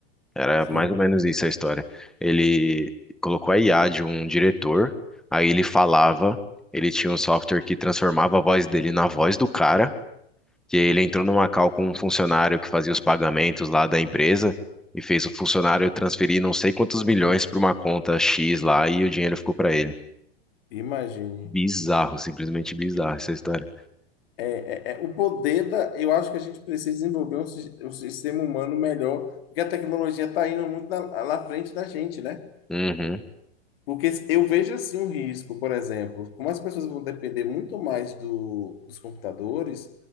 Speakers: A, in the centre; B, on the left (about 65°).
A: Era
B: Sim,
A: mais ou menos isso a história. Ele colocou a IA de um diretor, aí ele falava, ele tinha um software que transformava a voz dele na voz do cara, que ele entrou numa call com um funcionário que fazia os pagamentos lá da empresa e fez o funcionário transferir não sei quantos milhões para uma conta X lá e o dinheiro ficou para ele.
B: imagine.
A: Bizarro, simplesmente bizarro essa história.
B: É, é, é o poder da. Eu acho que a gente precisa desenvolver um, sis- um sistema humano melhor, porque a tecnologia está indo muito na, lá na frente da gente, né?
A: Uhum,
B: Porque eu vejo assim um risco, por exemplo, como as pessoas vão depender muito mais do- dos computadores,